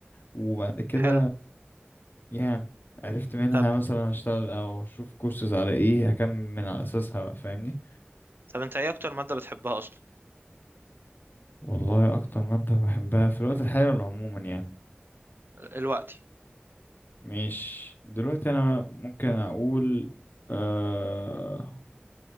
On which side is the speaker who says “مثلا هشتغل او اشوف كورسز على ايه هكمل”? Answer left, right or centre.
Left